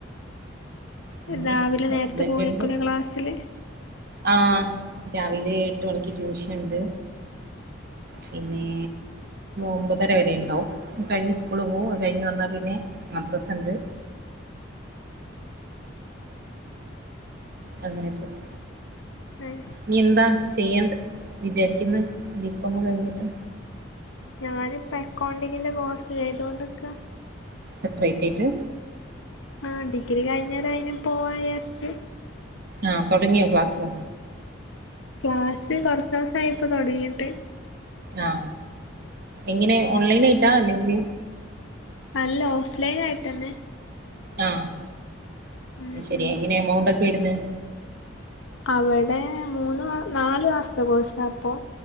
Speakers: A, on the right (about 50°); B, on the left (about 85°).
A: പിന്നെ
B: രാവിലെ
A: ഹസ്ബൻഡ്
B: നേരത്തെ പോവൈക്കുലെ
A: ഇണ്ട്
B: ക്ലാസ്സില്
A: ആഹ് രാവിലെ എട്ട് മണിക്ക് ട്യൂഷൻ ഇണ്ട് പിന്നെ ഒമ്പതര വരെ ഇണ്ടാവും അത് കഴിഞ്ഞ് സ്കൂളിൽ പോകും അത് കഴിഞ്ഞ് വന്നാ പിന്നെ മദ്രാസണ്ട് അങ്ങനെ പോവും
B: ഏഹ്
A: ഇനി എന്താ ചെയ്യാണ്ട് വിചാരിക്കുന്നു ഡികോം ഒക്കെ കഴിഞ്ഞിട്ട്
B: ഞാനിപ്പ അക്കൗണ്ടിങ്ങിന്റെ കോഴ്സ് ചെയ്തോണ്ടിരിക്ക
A: സപ്രേറ്റ് ആയിട്ട്
B: ആ ഡിഗ്രി കഴിഞ്ഞേരം അയിന് പോവാ വിജാരിച്ച്
A: ആ തുടങ്ങിയോ ക്ലാസ്
B: ക്ലാസ് കൊറച്ചോസായി ഇപ്പൊ തൊടങ്ങീട്ട്
A: ആ എങ്ങനെ ഓൺലൈൻ ആയി ഇട്ടാ അല്ലെങ്കില്
B: അല്ല ഓഫ്ലൈൻ ആയിട്ടന്നെ
A: ആ
B: ഉം
A: ശരിയാ
B: ഉം
A: എങ്ങനെ എമൗണ്ട് ഒക്കെ വരുന്നേ
B: അവിടെ മൂന്ന് മാ നാലു മാസത്തെ കോഴസ് ആണ് ഇപ്പൊ